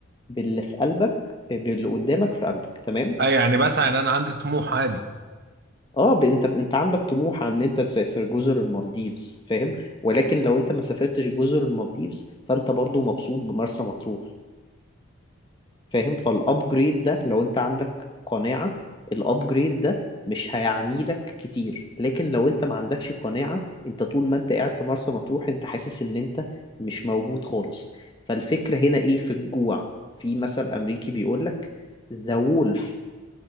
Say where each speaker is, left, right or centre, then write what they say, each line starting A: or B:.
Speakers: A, on the left; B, on the right.
A: باللي في قلبك باللي قدامك في قلبك تمام؟
B: اه يعني بسعى ان انا عندي طموح عادي
A: اه ب- انت انت عندك طموح عن ان انت تسافر جزر المالديفز فاهم ولكن لو انت ما سافرتش جزر المالديفز فانت برضو مبسوط بمرسى مطروح فاهم فالابجريد ده لو انت عندك قناعة الابجريد ده مش هيعني لك كتير لكن لو انت ما عندكش قناعة انت طول ما انت قاعد في مرسى مطروح انت حاسس ان انت مش موجود خالص فالفكرة هنا ايه في الجوع في مثل امريكي بيقولك the wolf